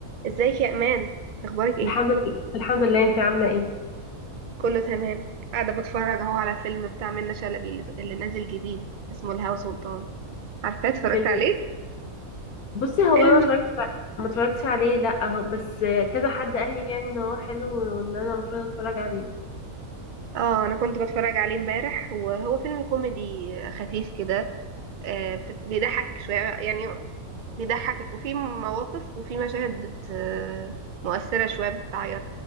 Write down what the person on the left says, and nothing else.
الحمد لله الحمد لله انت عامله ايه
فيلم
بصي هو
انا ما اتفرجتش ع- ما اتفرجتش عليه لا اهو بس كذا حد قال لي يعني ان هو حلو وان انا المفروض اتفرج عليه